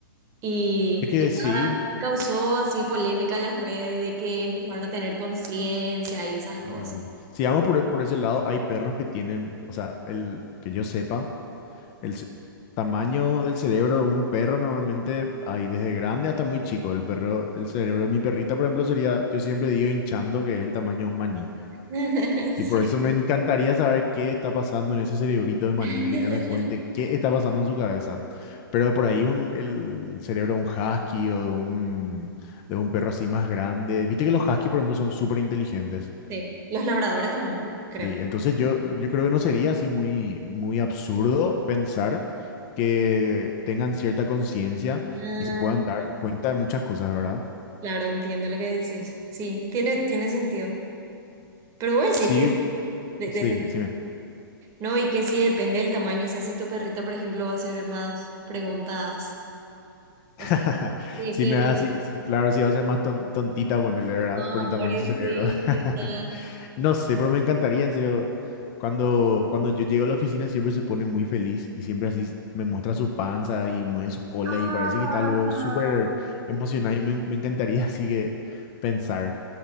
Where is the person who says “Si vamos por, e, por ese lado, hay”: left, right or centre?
Left